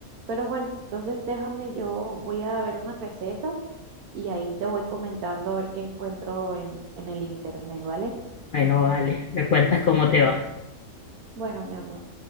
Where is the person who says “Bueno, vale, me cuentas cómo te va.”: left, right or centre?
Left